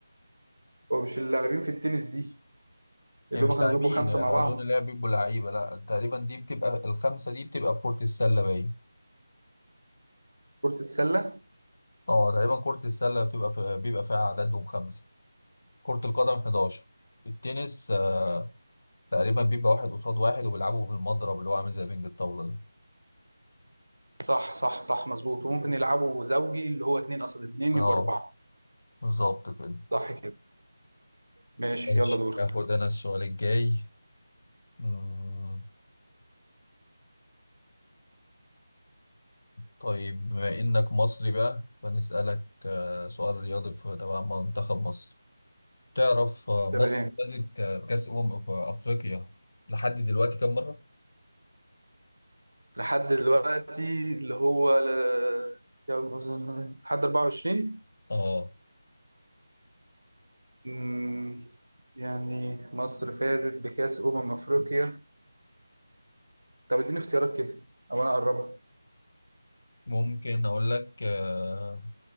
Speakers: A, on the right; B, on the left.
A: هو مش اللاعبين في التنس دي اللي
B: هي مش
A: هم كانوا
B: لاعبين
A: بيبقوا خمسه
B: يعني
A: مع
B: أنا
A: بعض
B: أظن إن هي بيبقوا لعيبة لأ تقريبا دي بتبقى الخمسة دي بتبقى في كرة السلة باين
A: كره السله
B: أه تقريبا كرة السلة بتبقى في بيبقى فيها عددهم خمسة كرة القدم 11 التنس آه تقريبا بيبقى واحد قصاد واحد وبيلعبوا بالمضرب اللي هو عامل زي بينج الطاولة ده
A: صح صح صح مظبوط وممكن يلعبوا زوجي اللي هو اتنين قصاد اتنين
B: أه
A: يبقى اربعه
B: بالظبط كده
A: صح كده ماشي
B: ماشي
A: يلا دورك
B: آخد أنا السؤال الجاي مم. طيب بما إنك مصري بقى فنسألك آه، سؤال رياضي في تبع منتخب مصر تعرف آه، مصر
A: تمام
B: فازت آه، بكأس أمم في أفريقيا لحد دلوقتي كم مرة؟
A: لحد دلوقتي اللي هو ل... يلا مثلاً لحد 24
B: آه
A: أمم، يعني مصر فازت بكأس أمم أفريقيا طب اديني اختيارات كده او انا اقربها
B: ممكن أقول لك آه،